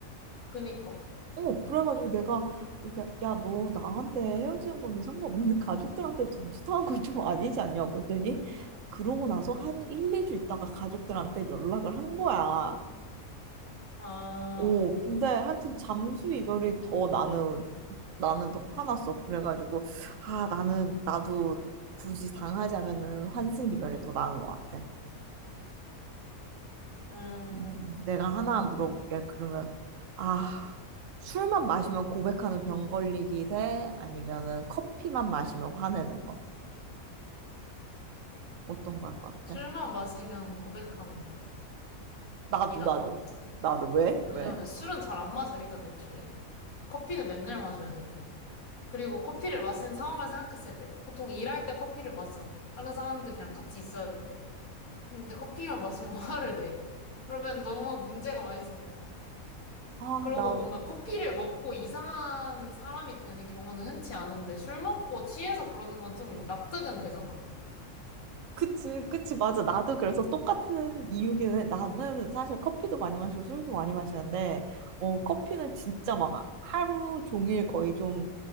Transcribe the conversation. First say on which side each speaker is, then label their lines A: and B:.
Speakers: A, on the left; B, on the right.
A: 그니까.
B: 어, 그래가지고 내가 이렇게 야, 너 나한테 헤어지는 거는 상관없는데 가족들한테 잠수 타는 건 좀 아니지 않냐고 했더니 그러고 나서 한 1, 2주 있다가 가족들한테 연락을 한 거야.
A: 아,
B: 어, 근데 하여튼 잠수 이별이 더 나는 나는 더 화났어. 그래가지고 아, 나는 나도 굳이 당하자면은 환승 이별이 더 나은 것 같아.
A: 음,
B: 음, 내가 하나 물어볼게. 그러면, 아, 술만 마시면 고백하는 병 걸리기 대 아니면은 커피만 마시면 화내는 거. 어떤 거 할 것 같아?
A: 술만 마시면 고백하는 병이
B: 나도,
A: 나은
B: 나도.
A: 것 같은데.
B: 나도. 왜?
A: 왜냐면
B: 왜?
A: 술은 잘 안 마셔, 일단 애초에. 커피는 맨날 마셔야 되고. 그리고 커피를 마시는 상황을 생각했을 때, 보통 일할 때 커피를 마시잖아. 다른 사람들이랑 같이 있어야 될 때. 근데 커피만 마시면 <laughs> 화를 내. 그러면 너무 문제가 많이 생길 것 같아.
B: 아,
A: 그러고
B: 나도.
A: 뭔가 커피를 먹고 이상한 사람이 되는 경우는 흔치 않은데 술 먹고 취해서 그러는 건 좀 납득은 되잖아.
B: 그치, 그치, 맞아. 나도 그래서 똑같은 이유기는 해. 나는 사실 커피도 많이 마시고 술도 많이 마시는데, 어, 커피는 진짜 막 하루 종일 거의 좀